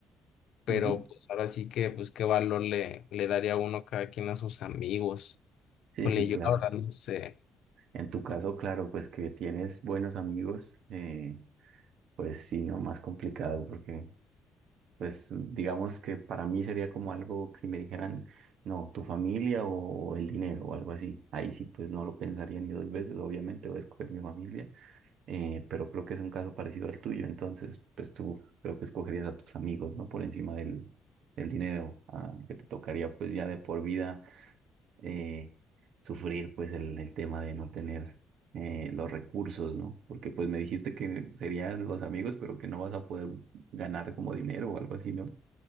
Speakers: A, on the left; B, on the right.
A: pero
B: Ujú.
A: pues ahora sí que, pues qué valor le, le daría uno cada quien a sus amigos.
B: Sí,
A: Híjole,
B: sí, claro.
A: yo la verdad no sé.
B: En tu caso, claro, pues que tienes buenos amigos, eh, Pues sí, no, más complicado porque, pues digamos que para mí sería como algo que si me dijeran, no, tu familia o, o el dinero o algo así. Ahí sí, pues no lo pensaría ni dos veces, obviamente voy a escoger mi familia, eh, pero creo que es un caso parecido al tuyo, entonces, pues tú creo que escogerías a tus amigos, ¿no? Por encima del, del dinero, ah, que te tocaría pues ya de por vida eh, sufrir pues el, el tema de no tener eh, los recursos, ¿no? Porque pues me dijiste que serían los amigos, pero que no vas a poder ganar como dinero o algo así, ¿no?